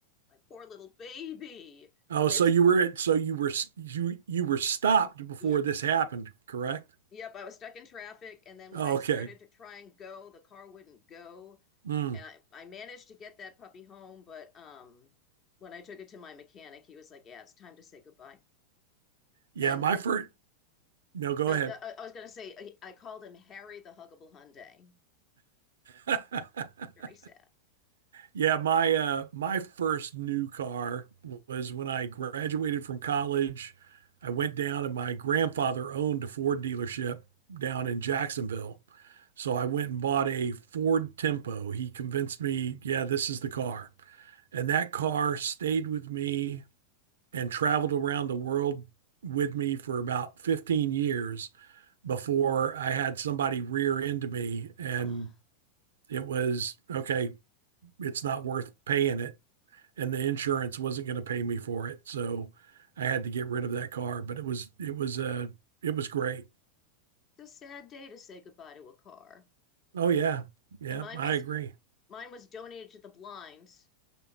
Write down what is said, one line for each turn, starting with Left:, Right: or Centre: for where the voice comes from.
Left: My poor little baby.
Right: Oh, so
Left: It was,
Right: you were at, so you were s- you you were stopped before
Left: yeah,
Right: this happened, correct?
Left: yep, I was stuck in traffic. And then
Right: Oh,
Left: when I started
Right: okay.
Left: to try and go, the car wouldn't go.
Right: Hmm.
Left: And I, I managed to get that puppy home. But um, when I took it to my mechanic, he was like, yeah, it's time to say goodbye.
Right: Yeah,
Left: And
Right: my first. No, go
Left: No,
Right: ahead.
Left: I, I was going to say uh, I- called him Harry the Huggable Hyundai.
Right: <laughs>
Left: It's very sad.
Right: Yeah, my uh my first new car was when I graduated from college. I went down and my grandfather owned a Ford dealership down in Jacksonville. So I went and bought a Ford Tempo. He convinced me, yeah, this is the car. And that car stayed with me and traveled around the world with me for about 15 years before I had somebody rear into me and
Left: Oh,
Right: it was okay, it's not worth paying it and the insurance wasn't going to pay me for it. So I had to get rid of that car, but it was it was uh it was great.
Left: it's a sad day to say goodbye to a car.
Right: Oh yeah. Yeah,
Left: And mine
Right: I
Left: was
Right: agree.
Left: mine was donated to the blinds.